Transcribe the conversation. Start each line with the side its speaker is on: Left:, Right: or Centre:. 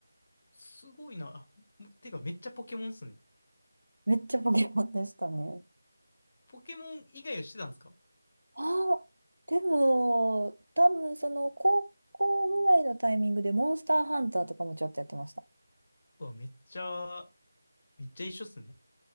Left: すごいな。あ、てかめっちゃポケモンっすね。
Right: めっちゃポケモンでしたね。
Left: ポケモン以外をしてたんですか
Right: ああ、でも、多分その高校ぐらいのタイミングでモンスターハンターとかもちょっとやってました。
Left: うわ、めっちゃ、めっちゃ一緒っすね。